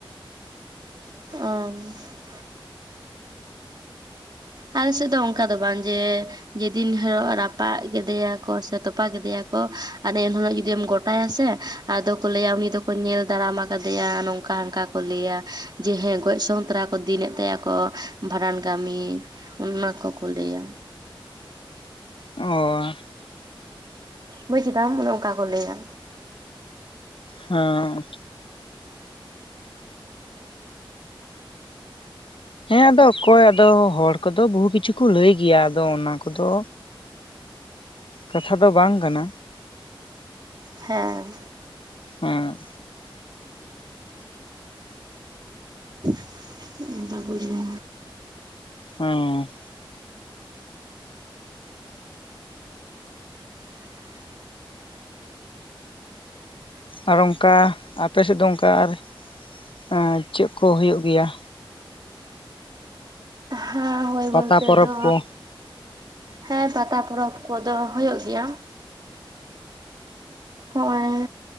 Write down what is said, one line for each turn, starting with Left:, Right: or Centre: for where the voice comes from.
Right: ᱚᱻ᱾ ᱟᱞᱮ ᱥᱮᱫ ᱫᱚ ᱚᱱᱠᱟ ᱫᱚ ᱵᱟᱝ ᱡᱮᱻ᱾ ᱡᱮᱫᱤᱱ ᱦᱤᱞᱳᱜ ᱨᱟᱯᱟᱜ ᱠᱮᱫᱮᱭᱟ ᱠᱚ ᱥᱮ ᱛᱚᱯᱟ ᱠᱮᱫᱮᱭᱟ ᱠᱚ ᱦᱟᱱᱮ ᱤᱱᱦᱤᱞᱳᱜ ᱡᱩᱫᱤᱢ ᱜᱚᱴᱟᱭᱟ ᱥᱮ᱾ ᱟᱫᱚ ᱠᱚ ᱞᱟᱹᱭᱟ ᱩᱱᱤ ᱫᱚ ᱠᱚ ᱧᱮᱞ ᱫᱟᱨᱟᱢ ᱟᱠᱟᱫᱮᱭᱟ ᱱᱚᱝᱠᱟ ᱦᱟᱱᱠᱟ ᱠᱚ ᱞᱟᱹᱭᱟ ᱡᱮ ᱦᱮᱸ ᱜᱚᱡ ᱥᱚᱝ ᱛᱟᱨᱟ ᱠᱚ ᱫᱤᱱᱮᱫ ᱛᱟᱭᱟᱠᱚ ᱵᱷᱟᱸᱰᱟᱱ ᱠᱟᱹᱢᱤ ᱚᱱᱟ ᱠᱚ ᱠᱚ ᱞᱟᱹᱭᱟ᱾
Left: ᱚᱻ᱾
Right: ᱵᱩᱡᱽ ᱠᱮᱫᱟᱢ ᱚᱱᱮ ᱚᱱᱠᱟ ᱠᱚ ᱞᱟᱹᱭᱟ᱾
Left: ᱦᱮᱸᱻ᱾ ᱦᱮᱸ ᱟᱫᱚ ᱚᱠᱚᱭ ᱟᱫᱚ ᱦᱚᱲ ᱠᱚᱫᱚ ᱵᱩᱦᱩ ᱠᱤᱪᱷᱩ ᱠᱚ ᱞᱟᱹᱭ ᱜᱮᱭᱟ ᱟᱫᱚ ᱚᱱᱟ ᱠᱚᱫᱚ᱾ ᱠᱟᱛᱷᱟ ᱫᱚ ᱵᱟᱝ ᱠᱟᱱᱟ᱾
Right: ᱦᱮᱸ᱾
Left: ᱦᱮᱸ᱾
Right: <inaudible> ᱚᱱᱠᱟ ᱠᱚ ᱞᱟᱹᱭᱟ᱾
Left: ᱚᱸᱻ᱾ ᱟᱨ ᱚᱱᱠᱟ ᱟᱯᱮᱥᱮᱫ ᱫᱚ ᱚᱱᱠᱟ ᱟᱨ ᱮᱸ ᱪᱮᱫ ᱠᱚ ᱦᱩᱭᱩᱜ ᱜᱮᱭᱟ?
Right: ᱦᱮᱸ ᱦᱳᱭ ᱵᱚᱞᱛᱮ
Left: ᱯᱟᱛᱟ ᱯᱚᱨᱚᱵᱽ
Right: ᱫᱚ᱾
Left: ᱠᱚ
Right: ᱦᱮᱸ ᱯᱟᱛᱟ ᱯᱚᱨᱚᱵᱽ ᱠᱚᱫᱚ ᱦᱩᱭᱩᱜ ᱜᱮᱭᱟ᱾ ᱦᱚᱜ-ᱚᱭ᱾